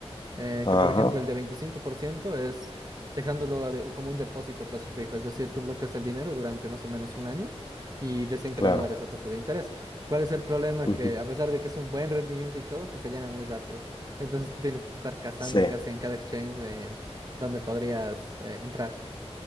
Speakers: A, on the right (about 35°); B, on the left (about 45°).
A: eh,
B: Ajá,
A: que por ejemplo el de 25% es dejándolo a de- como un depósito a plazo fijo, es decir, tú bloqueas el dinero durante más o menos un año y recién te
B: claro.
A: van a dar esa tasa de interés. ¿Cuál es el problema?
B: Ujú.
A: Que a pesar de que es un buen rendimiento y todo, que se llena muy rápido. Entonces tú tienes que estar cazando
B: Sí,
A: casi en cada exchange eh, donde podrías eh, entrar.